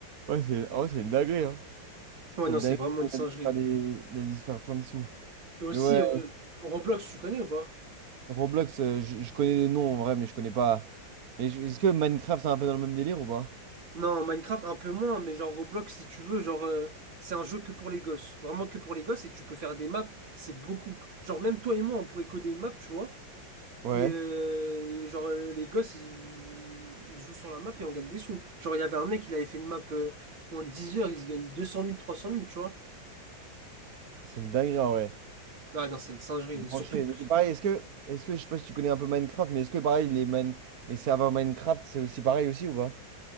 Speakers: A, on the right; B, on the right.
A: Ouais, c'est ah ouais, c'est une dinguerie, hein.
B: Ouais,
A: C'est
B: non,
A: une
B: c'est
A: dinguerie.
B: vraiment
A: Il
B: une singerie.
A: a dû se faire des- il a dû se faire plein de sous.
B: Et aussi,
A: Mais ouais,
B: euh, Roblox, tu connais ou pas?
A: Roblox, euh, je, je connais des noms en vrai, mais je connais pas. Mais je- est-ce que Minecraft, c'est un peu dans le même délire ou pas?
B: Non, Minecraft un peu moins, mais genre Roblox si tu veux, genre euh, c'est un jeu que pour les gosses, vraiment que pour les gosses et tu peux faire des maps, c'est beaucoup. Genre même toi et moi on pourrait coder une map, tu vois,
A: Ouais,
B: et, euh, et genre euh, les gosses ils... ils jouent sur la map et on gagne des sous. Genre il y avait un mec, il avait fait une map euh, en 10 heures, il se gagne deux cent mille, trois cent mille, tu vois.
A: c'est une dinguerie en vrai.
B: Ah non, c'est une singerie,
A: Faut se brancher.
B: surtout que...
A: Mais c'est pareil, est-ce que, est-ce que, je sais pas si tu connais un peu Minecraft, mais est-ce que pareil, les, man- les serveurs Minecraft, c'est aussi pareil aussi ou pas?